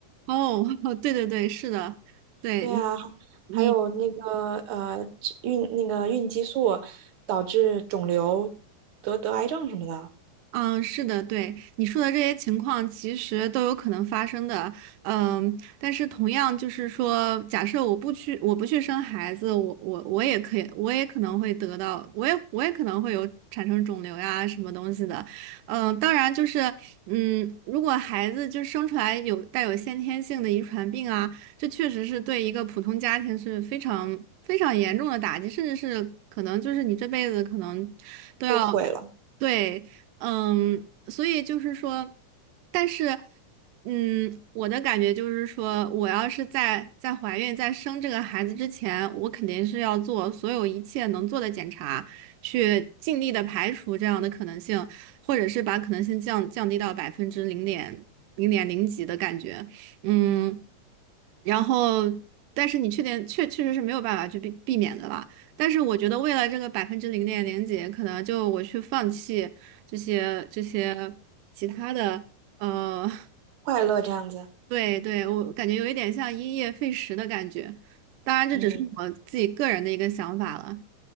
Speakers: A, on the right (about 90°); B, on the right (about 60°).
A: 哦，<laughs> 对对对，是的，对
B: 对啊，还还有那个呃孕那个孕激素导致肿瘤得得癌症什么的，
A: 你。嗯，是的，对你说的这些情况，其实都有可能发生的。嗯，但是同样就是说，假设我不去，我不去生孩子，我我我也可以，我也可能会得到，我也我也可能会有产生肿瘤呀什么东西的。嗯，当然就是，嗯，如果孩子就生出来有带有先天性的遗传病啊，这确实是对一个普通家庭是非常非常严重的打击，甚至是可能就是你这辈子可能都要。
B: 就毁了
A: 对，嗯，所以就是说，但是，嗯，我的感觉就是说，我要是在在怀孕、在生这个孩子之前，我肯定是要做所有一切能做的检查，去尽力的排除这样的可能性，或者是把可能性降降低到百分之零点零点零几的感觉，嗯，然后，但是你确定确确实是没有办法去避避免的吧？但是我觉得为了这个百分之零点零几，可能就我去放弃。这些这些其他的，呃，<laughs>
B: 快乐这样子。
A: 对对，我感觉有一点像因噎废食的感觉。当然，这只是我自己个人的一个想法了。
B: 嗯。